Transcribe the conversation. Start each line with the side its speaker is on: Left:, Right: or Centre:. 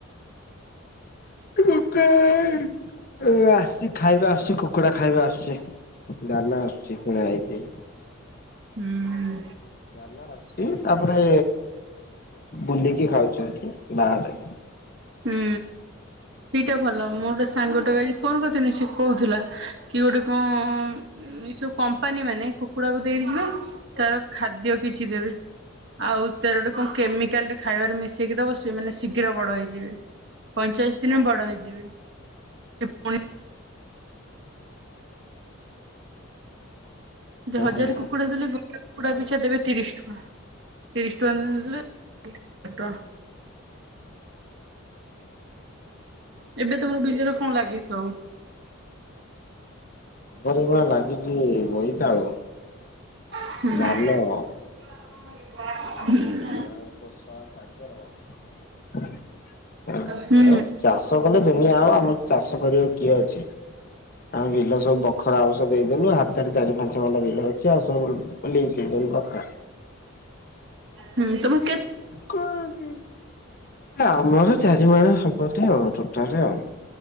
Left: <unintelligible> ଆସିଛି ଖାଇବା ଆସୁଛି କୁକୁଡା ଖାଇବା ଆସୁଛି। ଦାନା ଆସୁଛି କିଣା ହେଇକିରି।
Right: ହୁଁ।
Left: ଦାନା ଆସୁଛି, ତାପରେ ବୁଲିକି ଖାଉଛନ୍ତି ବାହାରେ।
Right: ହୁଁ ସେଇଟା ଭଲ, ମୁଁ ଗୋଟେ ସାଙ୍ଗଟାକୁ ଆଜି ଫୋନ କରିଥିଲି ସେ କହୁଥିଲା କି ଗୋଟେ କଣ, ଏ ସବୁ କମ୍ପାନୀ ମାନେ କୁକୁଡାକୁ ଦେଇକି ଯିବେ ତାର ଖାଦ୍ୟ କିଛି ଦେବେ, ଆଉ ତାର ଗୋଟେ କଣ କେମିକାଲ୍ ଟେ ଖାଇବାରେ ମିଶେଇକି ଦବ, ସେମାନେ ଶୀଘ୍ର ବଡ ହେଇଯିବେ ପଇଁଚାଳିଶ ଦିନେ ବଡ ହେଇଯିବେ। ପୁଣି <unintelligible> ଯଦି
Left: ଆଉ
Right: ହଜାର କୁକୁଡ଼ା ଦେଲେ, ଗୋଟେ କୁକୁଡା ପିଛା ଦେବେ ତିରିଶ ଟଙ୍କା। ତିରିଶ ଟଙ୍କା ଦେଲେ <unintelligible> ଏବେ ତମର ବିଲରେ କଣ ଲାଗିଚି ସବୁ?
Left: ଆମର ବା ଲାଗିଛି ବୋଇତାଳୁ
Right: ହୁଁ-
Left: ଧାନ ଆଉ
Right: ହୁଁ।
Left: ତାପରେ କୋଶଳା ଶାଗ ଆଉ
Right: ହୁଁ
Left: <unintelligible> ଚାଷ କଲେ ଦୁନିଆ ହବ ଆମର ଚାଷ କରିବାକୁ କିଏ ଅଛି ଆମ ବିଲ ସବୁ ବ ଖରା ଆମର ସବୁ ଦେଇଦେଲୁ ହାତରେ ଚାରି ପାଞ୍ଚ ଖଣ୍ଡ ବିଲ ରଖି ଆଉ ସବୁ ନେଇ ଦେଇଦେଲୁ ବଖରା।
Right: ହୁଁ ତମ
Left: କରି ଆମର ଚାରି ମାଣ ସମ୍ପତ୍ତି ଆଉ ଟୋଟାଲି ଆଉ।